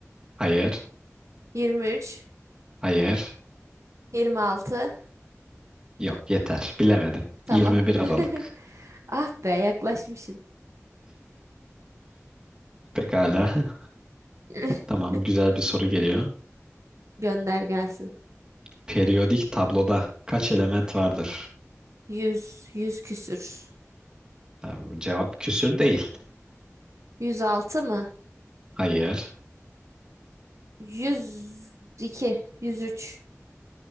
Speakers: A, on the right; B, on the right.
A: Hayır.
B: 23,
A: Hayır.
B: 26.
A: Yok yeter. Bilemedin.
B: Tamam.
A: 21 Aralık.
B: <laughs> Ah be yaklaşmışım.
A: Pekala. <laughs>
B: <laughs>
A: Tamam, güzel bir soru geliyor.
B: Gönder gelsin.
A: Periyodik tabloda kaç element vardır?
B: 100 100 küsür.
A: Tamam, cevap küsür değil.
B: 106 mı?
A: Hayır,
B: Yüz iki, yüz üç.